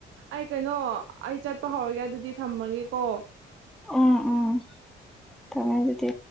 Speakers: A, on the right; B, in the centre.
A: ꯑꯩ ꯀꯩꯅꯣ ꯑꯩ ꯆꯠꯄ ꯍꯧꯔꯒꯦ ꯑꯗꯨꯗꯤ ꯊꯝꯃꯒꯦꯀꯣ
B: ꯎꯝ ꯎꯝ ꯊꯝꯃ‌ꯦ ꯑꯗꯨꯗꯤ